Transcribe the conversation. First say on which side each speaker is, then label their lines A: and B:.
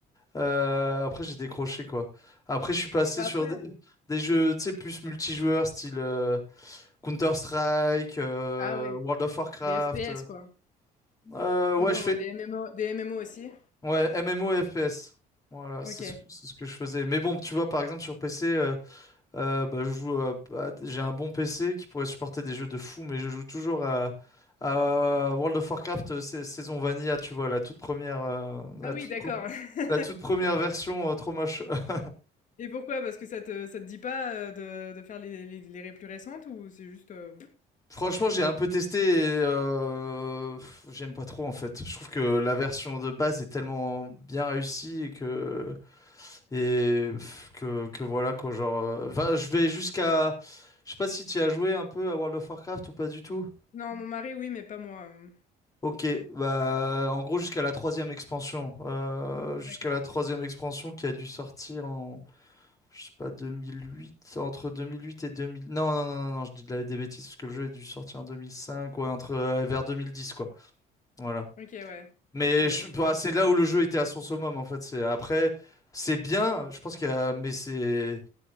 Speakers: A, on the left; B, on the left.
A: euh, après, j'ai décroché, quoi. Après, je suis passé
B: Bah,
A: sur
B: après
A: des,
B: euh,
A: des jeux, tu sais, plus multijoueurs, style. euh, Counter-Strike, euh,
B: ah ouais,
A: World of Warcraft.
B: des FPS,
A: Euh,
B: quoi.
A: euh, ouais,
B: Oh mais
A: je
B: non,
A: fais.
B: ouais, des MMO des MMO aussi?
A: Ouais, MMO et FPS. Voilà,
B: OK.
A: c'est ce, que c'est ce que je faisais. Mais bon, tu vois, par exemple, sur PC, euh, euh, bah, je joue à- à- j'ai un bon PC qui pourrait supporter des jeux de fou, mais je joue toujours à, à euh, World of Warcraft euh, sa- saison Vanilla, tu vois, la toute première, euh, la
B: Ah
A: toute,
B: oui, d'accord.
A: pre-
B: <laughs>
A: la toute première version, euh, trop moche. <laughs>
B: Et pourquoi? Parce que ça te ça te dit pas, heu, de de faire les les les ré plus récentes ou c'est juste, heu
A: Franchement, j'ai un peu testé et euh, pff, j'aime pas trop en fait. Je trouve que la version de base est tellement bien réussie et que et pff, que, que voilà quoi, genre euh, enfin, je vais jusqu'à je sais pas si tu as joué un peu à World of Warcraft ou pas du tout.
B: Non, mon mari, oui, mais pas moi, heu.
A: OK, bah en gros jusqu'à la troisième expansion, Euh, jusqu'à
B: D'accord.
A: la troisième expansion qui a dû sortir en je sais pas 2008. entre 2008 et 2000. non non non non, non je dis de la- des bêtises parce que le jeu a dû sortir en 2005, ouais entre euh, vers 2010, quoi. Voilà.
B: OK, ouais.
A: Mais
B: Ouais,
A: je,
B: donc
A: bah,
B: ça fait un
A: c'est
B: petit moment,
A: là où le
B: en
A: jeu
B: effet.
A: était à son summum, en fait. C'est après, c'est bien, je pense qu'il y a, mais c'est,